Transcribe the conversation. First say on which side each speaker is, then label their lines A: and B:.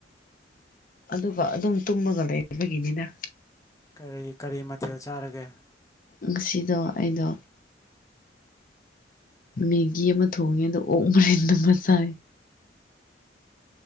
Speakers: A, on the left; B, on the left.
A: ꯑꯗꯨꯒ ꯑꯗꯨꯝ ꯇꯨꯝꯃꯒ ꯂꯩꯕꯒꯤꯅꯤꯅ
B: ꯀꯔꯤ ꯀꯔꯤ ꯃꯊꯦꯜ ꯆꯥꯔꯒꯦ
A: ꯉꯁꯤꯗꯣ ꯑꯩꯗꯣ ꯃꯦꯒꯤ ꯑꯃ ꯊꯣꯡꯉꯦ ꯑꯗ ꯑꯣꯛ ꯃꯔꯤꯟꯗ ꯑꯃ ꯆꯥꯏ